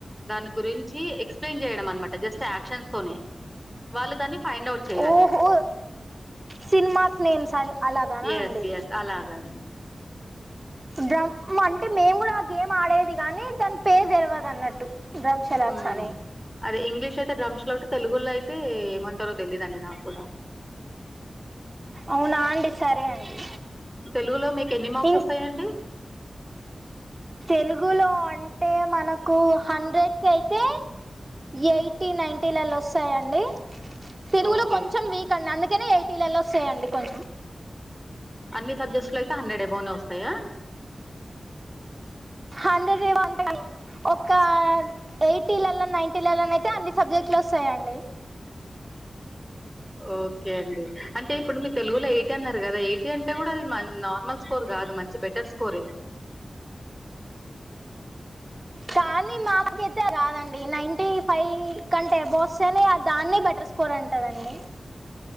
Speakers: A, in the centre; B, on the right.
A: దాని గురించి ఎక్స్ప్లెయిన్ చేయడం అనమాట జస్ట్ యాక్షన్స్ తోనే వాళ్ళు దాన్ని ఫైండ్ అవుట్ చేయాలి
B: ఓహో సినిమాస్ నేమ్స్ అలాగానా
A: ఎస్
B: అండి
A: ఎస్ అలాగండి
B: డ్రమ్ అంటే మేము కూడా ఆ గేమ్ ఆడేది గానీ దాని పేరు తెలివదు అన్నట్టు డ్రమ్ షలాక్స్
A: ఉ
B: అని
A: అదే ఇంగ్లీష్ అయితే డ్రంశల్అట్ తెలుగులో అయితే ఏమంటారో తెలిదండి నాకు కూడా
B: అవునా అండి సరే అండి
A: తెలుగులో మీకు ఎన్ని మార్క్స్
B: ఇం
A: వస్తాయండి
B: తెలుగులో అంటే మనకు హండ్రెడ్కి అయితే ఎయిటీ నైన్ంటీలలో వస్తయండి తెలుగులో
A: ఓకే
B: కొంచెం వీక్ అండి అందుకే అందుకనే ఎయిటీలలో వస్తాయండి కొంచెం
A: అన్ని సబ్జెక్ట్స్ లో అయితే హండ్రెడ్ ఎబోనే వస్తాయా
B: హండ్రెడ్ ఎమో గాని ఓ ఇంకా ఎయిటీలల నైన్టీల ల అయితే అన్ని సబ్జెక్టుల్లో వస్త వస్తయండి
A: ఓకే అండి అంటే ఇప్పుడు మీరు తెలుగులో ఎయిట్ అన్నారు కదా ఎయిట్ అంటే కూడా అది నార్మల్ స్కోర్ కాదు మంచి బెటర్ స్కోరే
B: కానీ మాకైతే కాదండి నైన్టీ ఫైవ్ కంటే ఎబో వస్తేనే దాన్ని బట్టి అండర్ స్కోర్ అంటరండి